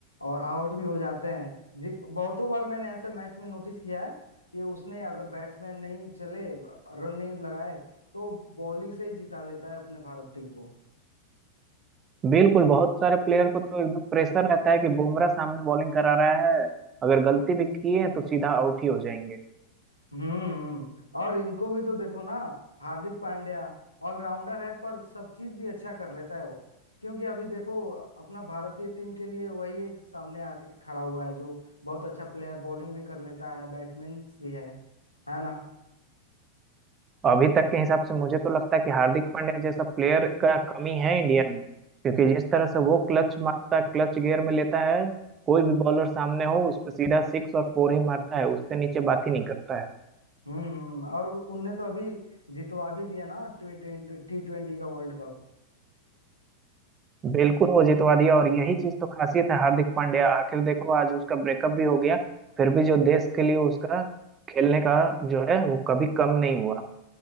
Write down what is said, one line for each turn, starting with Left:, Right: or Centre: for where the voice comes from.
Left: और आउट भी हो जाते हैं जी बहुतों बार मैंने ऐसे मैच में नोटिस किया है कि उसने अगर बैट्समैन नहीं चले रन नहीं लगाए तो बॉलिंग से ही जिता लेता है अपने भारत टीम को
Right: बिल्कुल बहुत सारे प्लेयर को तो एकदम प्रेशर रहता है कि बुमराह सामने बॉलिंग करा रहा है अगर गलती भी किए हैं तो सीधा आउट ही हो जाएंगे
Left: हम्म और इनको भी तो देखो ना हार्दिक पांड्या ऑलराउंडर है पर सब चीज भी अच्छा कर लेता है वो क्योंकि अभी देखो अपना भारतीय टीम के लिए वही एक सामने आगे खड़ा हुआ है जो बहुत अच्छा प्लेयर बॉलिंग भी कर लेता है बैट्समैन भी है है ना
Right: अभी तक के हिसाब से मुझे तो लगता है कि हार्दिक पांड्या जैसा प्लेयर का कमी है इंडिया में क्योंकि जिस तरह से वो क्लच मारता है क्लच गियर में लेता है कोई भी बॉलर सामने हो उस पर सीधा सिक्स और फोर ही मारता है उससे नीचे बात ही नहीं करता है
Left: हम्म हम्म और उ- उनने तो अभी जितवा भी दिया ना टी ट्वेंटी का वर्ल्ड कप
Right: बिल्कुल वो जितवा दिया और यही चीज तो खासियत है हार्दिक पांड्या आखिर देखो आज उसका ब्रेकअप भी हो गया फिर भी जो देश के लिए उसका खेलने का जो है वो कभी कम नहीं हुआ